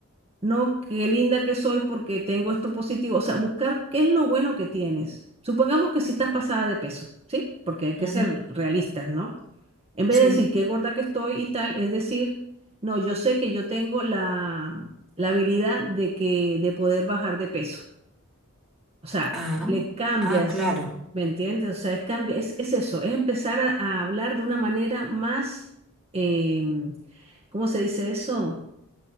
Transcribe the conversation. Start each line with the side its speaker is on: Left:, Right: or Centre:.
Right: no, qué linda que soy porque tengo esto positivo. O sea, buscar qué es lo bueno que tienes. Supongamos que si estás pasada de peso, ¿sí? Porque hay que
Centre: Ujú,
Right: ser realistas, ¿no? En vez
Centre: sí.
Right: de decir qué gorda que estoy y tal, es decir, no, yo sé que yo tengo la, la habilidad de que de poder bajar de peso. O sea,
Centre: Ah,
Right: le cambias,
Centre: ah, claro.
Right: ¿me entiendes? O sea, es, cambi- es, es eso, es empezar a, a hablar de una manera más, eh, ¿cómo se dice eso?